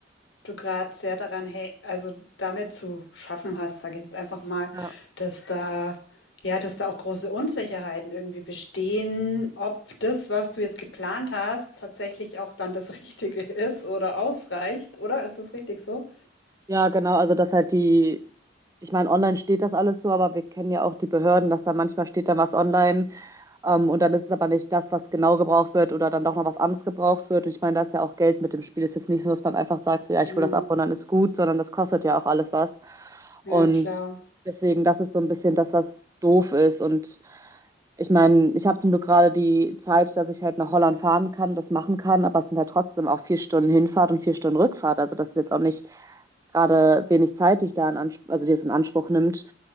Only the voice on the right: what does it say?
Ja.
Ja, genau. Also dass halt die, ich meine, online steht das alles so, aber wir kennen ja auch die Behörden, dass da manchmal steht da was online Ähm, und dann ist es aber nicht das, was genau gebraucht wird oder dann doch noch was anderes gebraucht wird. Und ich meine, da ist ja auch Geld mit dem Spiel. Es ist jetzt nicht so, dass man einfach sagt, so, ja,
ich hole das ab und dann ist gut, sondern das kostet ja auch alles was.
Und
deswegen, das ist so ein bisschen das, was doof ist. Und ich meine, ich habe zum Glück gerade die Zeit, dass ich halt nach Holland fahren kann, das machen kann, aber es sind halt trotzdem auch vier Stunden Hinfahrt und vier Stunden Rückfahrt. Also das ist jetzt auch nicht gerade wenig Zeit, die ich da in Anspruch, also die es in Anspruch nimmt.